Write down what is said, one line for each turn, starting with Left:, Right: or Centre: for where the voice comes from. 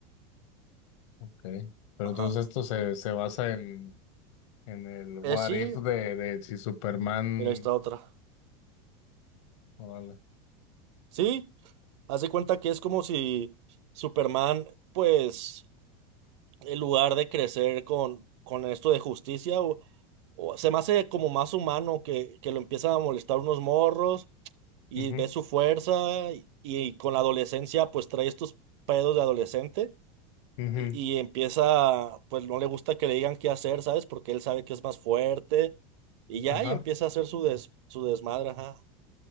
Left: ok. Pero
Right: Ajá.
Left: entonces esto se, se basa en, en el what
Right: Eh, sí,
Left: if de, de si Superman.
Right: mira, ahí está otra.
Left: Órale.
Right: Sí, haz de cuenta que es como si Superman, pues, en lugar de crecer con, con esto de justicia, o, o se me hace como más humano que, que lo empiezan a molestar unos morros. y
Left: Ujú,
Right: ves su fuerza y, y con la adolescencia pues trae estos pedos de adolescente
Left: ujú.
Right: y, y empieza, pues no le gusta que le digan qué hacer, ¿sabes? Porque él sabe que es más fuerte y ya
Left: Ajá.
Right: y empieza a hacer su des, su desmadre, ajá.